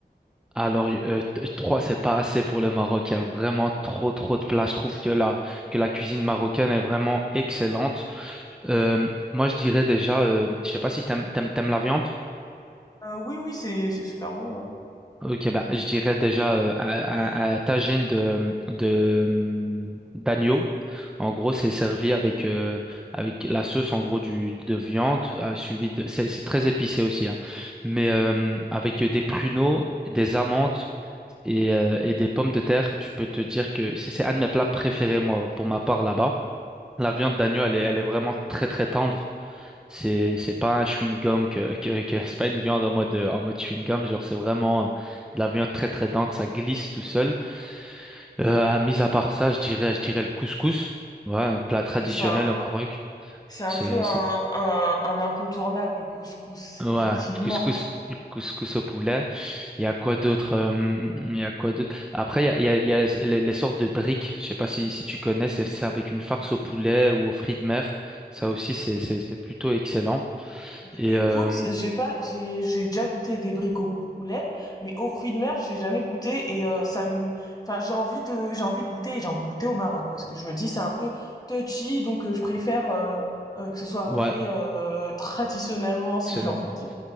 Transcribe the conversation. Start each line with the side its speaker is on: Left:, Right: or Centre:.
Centre: Alors euh, t- trois c'est pas assez pour le Maroc. Il y a vraiment trop trop de plages. Je trouve que la que la cuisine marocaine est vraiment excellente. Euh, moi je dirais déjà, euh, je sais pas si t'aimes t'aimes t'aimes la viande.
Left: Euh, oui, oui, c'est, c'est super bon. ouais.
Centre: Ok, bah, je dirais déjà euh, un, un- un tagine de, de, hum, d'agneau. En gros, c'est servi avec, euh, avec la sauce en gros du, de viande, euh, suivi de. C'est c'est très épicé aussi, hein. Mais euh, avec des pruneaux, des amandes et, euh, et des pommes de terre, je peux te dire que c'est c'est un de mes plats préférés, moi, pour ma part là-bas. La viande d'agneau, elle est, elle est vraiment très très tendre. C'est c'est pas un chewing-gum que, que, que c'est pas une viande en mode euh, en mode chewing-gum, genre c'est vraiment euh, de la viande très très dense, ça glisse tout seul. Euh, mis à part ça, je dirais je dirais le couscous. Ouais, un
Left: Ok,
Centre: plat traditionnel
Left: oui, c'est un,
Centre: au Maroc.
Left: c'est un
Centre: C'est
Left: peu un,
Centre: c'est
Left: un, un incontournable, le couscous,
Centre: ouais,
Left: effectivement.
Centre: le couscous, le couscous au poulet. Il y a quoi d'autre euh, Il y a quoi d'autre? Après il y a, il y a, il y a les, les- les sortes de briques. Je sais pas si si tu connais, c'est c'est avec une farce au poulet ou aux fruits de mer. Ça aussi c'est c'est c'est plutôt excellent.
Left: Bah,
Centre: Et
Left: Écoute,
Centre: euh,
Left: j'ai pas, j'ai, j'ai déjà goûté des briques au poulet, mais aux fruits de mer, j'ai jamais goûté et euh, ça me, enfin, j'ai envie de, j'ai envie de goûter et j'ai envie de goûter au Maroc parce que je me dis c'est un peu touchy, donc euh, je préfère euh, euh, que ce soit
Centre: ouais,
Left: fait euh, <laughs> traditionnellement, si
Centre: personnellement.
Left: j'ai envie de dire.